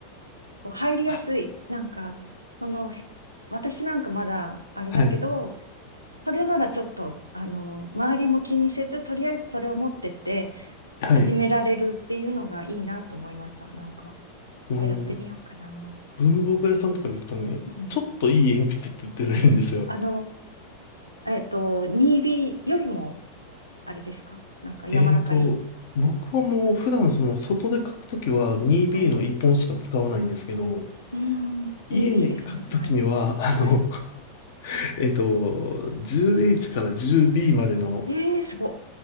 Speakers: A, on the right; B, on the left.
A: こう入りやすい。
B: あ
A: なんか、その、へ私なんかまだあれだけど、
B: はい。
A: それならちょっと、あの、周りも気にせず、とりあえずそれを持ってって
B: はい。
A: 始められるっていうのがいいなと思いました。なんか、ちょっとやってみようかな。
B: もうあの、文房具屋さんとかに行くとね、
A: うん。
B: ちょっといい鉛筆って売ってるんですよ。
A: え、あの、えっと、にビーよりも、あれですかなんか柔らかい
B: えーと、僕はもう普段その外で書くときは 2B
A: はい。
B: の1本しか使わないんですけど、
A: うーん、2ですね。
B: 家に書くときには、
A: はい。
B: あの、
A: はい。
B: <laughs> えーと、10H から 10B までの
A: えー、すごっ。